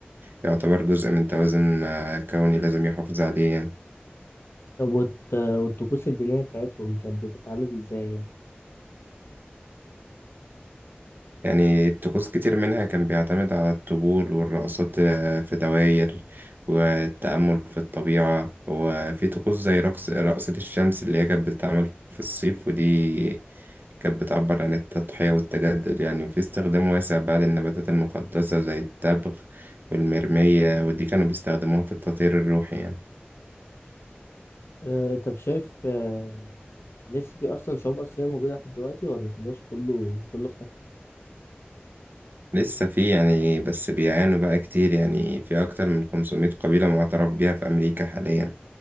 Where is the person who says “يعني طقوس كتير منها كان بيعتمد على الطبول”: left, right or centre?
Right